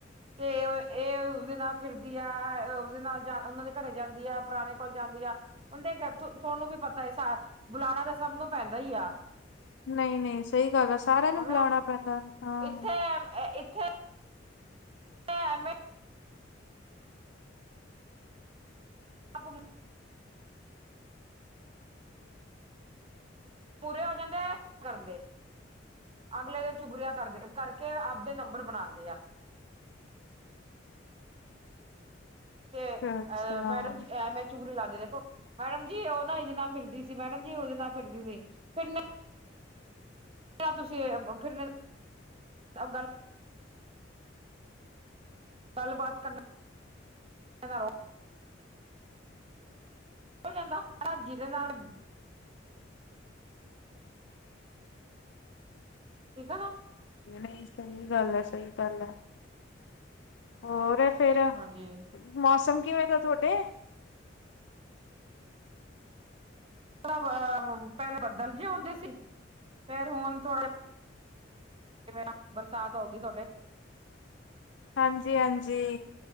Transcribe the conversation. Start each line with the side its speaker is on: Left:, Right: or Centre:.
Right: ਤੇ ਇਹ ਉਸਦੇ ਨਾਲ ਫਿਰਦੀ ਆ, ਉਸਦੇ ਨਾਲ ਉਹਨਾਂ ਦੇ ਘਰੇ ਜਾਂਦੀ ਆ, ਪੁਰਾਣੇ ਕੋਲ ਜਾਂਦੀ ਆ। ਉਹਦੇ ਤੁਹਾਨੂੰ ਵੀ ਪਤਾ, ਬੁਲਾਣਾ ਤਾਂ ਸਭ ਨੂੰ ਪੈਂਦਾ ਹੀ ਆ।
Left: ਨਹੀਂ -ਨਹੀਂ, ਸਹੀ ਗੱਲ ਆ, ਸਾਰਿਆਂ ਨੂੰ
Right: ਹਨਾ
Left: ਬੁਲਾਉਣਾ ਪੈਂਦਾ। ਹਾਂ
Right: ਇੱਥੇ ਇੱਥੇ <inaudible> ਆਪਾਂ। ਪੂਰੇ ਹੋ ਜਾਂਦੇ ਕਰਦੇ, ਅਗਲੇ ਦੇ ਚੁਗਰਿਆ ਕਰਦੇ। ਕਰਕੇ, ਆਪਦੇ ਨੰਬਰ ਬਣਾਉਂਦੇ ਆ। ਤੇ
Left: ਅੱਛਾ
Right: ਅ
Left: ਅੱਛਾ
Right: ਮੈਡਮ ਜੀ, ਐਮੇ ਚੁਗਲੀ ਲਾਉਂਦੇ, ਦੇਖੋ ਮੈਡਮ ਜੀ ਉਹ ਨਾ ਇਹਦੇ ਨਾਲ ਫਿਰਦੀ ਸੀ, ਮੈਡਮ ਜੀ ਉਹਦੇ ਨਾਲ ਫਿਰਦੀ ਸੀ, ਫਿਰ <unintelligible> ਗੱਲਬਾਤ ਕਰਨਾ ਰ ਹੋ ਜਾਂਦਾ, <unintelligible> ਹਨ ਜਿਹਦੇ ਨਾਲ। ਠੀਕ ਆ ਨਾ
Left: ਨਹੀਂ, ਸਹੀ ਗੱਲ ਹੈ, ਸਹੀ ਗੱਲ ਹੈ। ਹੋਰ ਫੇਰ,
Right: ਹਾਂਜੀ
Left: ਮੌਸਮ ਕਿਵੇਂ ਦਾ ਤੁਹਾਡੇ?
Right: ਪਹਿਲੇ, ਬੱਦਲ ਜੇ ਆਉਂਦੇ ਸੀ ਫੇਰ ਹੁਣ ਥੋੜਾ ਕਿਵੇਂ, ਬਰਸਾਤ ਹੋ ਗਈ ਤੁਹਾਡੇ।
Left: ਹਾਂਜੀ -ਹਾਂਜੀ।